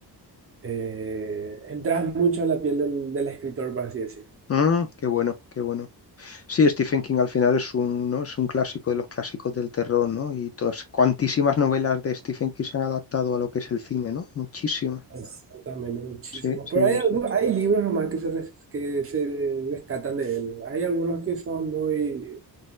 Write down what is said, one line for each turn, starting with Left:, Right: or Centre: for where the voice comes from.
Right: Eh, entras mucho en la piel del, del escritor, por así decirlo.
Left: ujú. Mm, qué bueno, qué bueno. Sí, Stephen King al final es un, ¿no? es un clásico de los clásicos del terror, ¿no? Y todas, cuantísimas novelas de Stephen King se han adaptado a lo que es el cine, ¿no? Muchísimas.
Right: Exactamente, muchísimos.
Left: Sí, sí,
Right: Pero
Left: sí.
Right: hay, algu-
Left: sí.
Right: hay libros nomás que se, res- que se rescatan de él. Hay algunos que son muy,